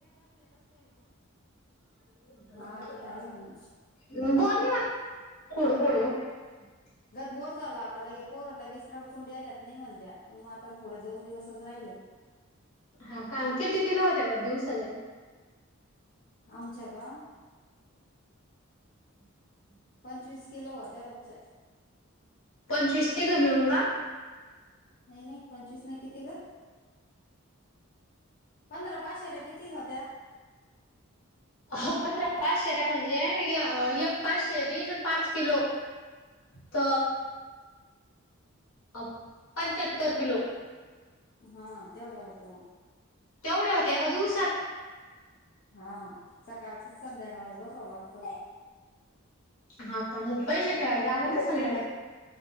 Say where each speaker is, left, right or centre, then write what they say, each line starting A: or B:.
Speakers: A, on the left; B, on the left.
A: हम्म.
B: हा ते आहे म्हणा
A: <unintelligible> <unintelligible>
B: गत बोर झाला आता लगे पोरं लगेस रडकुंडी आल्यात नाही म्हणत्या पण म आता थोडे दोन दिवसच राहिलं.
A: हां का किती किलो होत्या बर दिवसाले.
B: आमच्या का, पंचवीस किलो होत्या रोजच्या.
A: पंचवीस <unintelligible> मिळून का?
B: नाई नाई पंचवीस नाईत किती गं? पंधरा पाशेर्या कित तिहत्या
A: पंधरा पाच शेऱ्या म्हणजे य अं यक पाच शेरी ज पाच किलो त अ पंच्याहत्तर किलो.
B: हां, तेवढाव तेव्हा.
A: तेवढे होते एगा दिवसात?
B: हां, सकाळचं संध्याकाळ बसाव लागतो.
A: हां का मुग पईशे का जाग ना सग